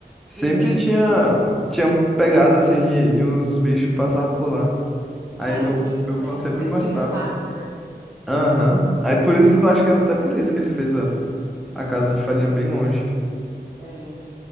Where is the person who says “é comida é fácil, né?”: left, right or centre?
Right